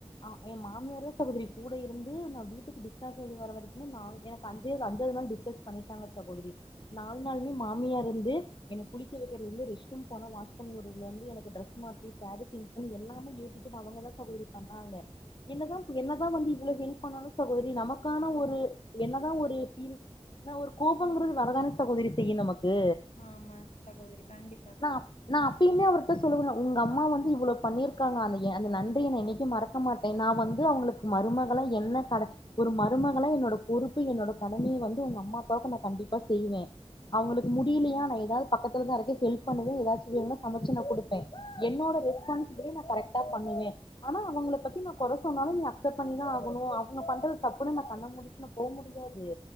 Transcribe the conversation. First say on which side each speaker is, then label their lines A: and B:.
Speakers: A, on the left; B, on the left.
A: அ எ மாமியார் தா சகோதரி கூட இருந்து நா வீட்டுக்கு டிஸ்சார்ஜ் ஆகி வர வரைக்குமே நாள் என அஞ்ச அஞ்சாவது நாள் டிஸ்சார்ஜ் பண்ணிட்டாங்க சகோதரி நால் நாளுமே மாமியார் இருந்து எனக் குளிக்க வைக்கிறதுலந்து ரெஷ் ரூம் போன வாஷ் பண்ணிடுறதுல இருந்து எனக்கு ட்ரஸ் மாத்தி பேடு சேஞ்ச் பண்ணி எல்லாமே ஏ டூ ஜெட் அவங்க தா சகோதரி பண்ணாங்க என்னதா என்னதா வந்து இவ்வள ஹெல்ப் பண்ணாலு சகோதரி நமக்கான ஒரு என்னதா ஒரு ஃபீல் நா ஒரு கோபங்கிறது வரதான சகோதரி செய்யு நமக்கு
B: ஆமா சகோதரி கண்டிப்
A: நாப் நாப் எப்பயுமே அவர்கிட்ட சொல்லுவ உங்க அம்மா வந்து இவ்ளோ பண்ணியிருக்காங்க அந்த அந்த நன்றிய நா என்னைக்கு மறக் க்க மாட்டே நா வந்து அவங்களுக்கு மருமகளா என்ன கட ஒரு மருமகளா என்னோட பொறுப்பு என்னோட கடமய வந்து உங்க அம்மா அப்பாவுக்கு நா கண்டிப்பா செய்வே அவங்களுக்கு
B: ம்,
A: முடியலையா நா ஏதாது பக்கத்துலதா இருக்க ஹெல்ப் பண்ணுவ ஏதாச்சு வேணுனா சமச்சு நா கொடுப்பே என்னோட ரெஸ்பான்சிபிலி நா கரெக்டா பண்ணுவே ஆனா அவங்கள பத்தி நா கொற சொன்னாலு நீ அக்செப்ட் பண்ணிதா ஆகணு அவங்க பண்றது தப்புனு நா கண்ண மூடி ட்னு போ முடியாது